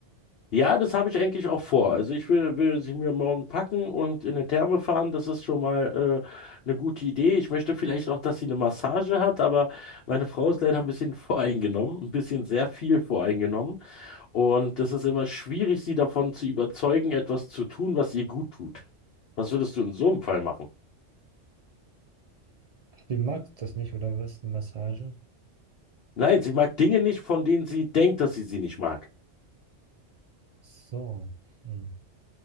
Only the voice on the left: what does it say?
Ja, das habe ich eigentlich auch vor. Also ich will, will sie mir morgen packen und in eine Therme fahren. Das ist schon mal äh, eine gute Idee. Ich möchte vielleicht auch, dass sie eine Massage hat, aber meine Frau ist leider ein bisschen <laughs> voreingenommen, ein bisschen sehr viel voreingenommen. Und das ist immer schwierig, sie davon zu überzeugen, etwas zu tun, was ihr gut tut. Was würdest du in so einem Fall machen?
Nein, sie mag Dinge nicht, von denen sie denkt, dass sie sie nicht mag.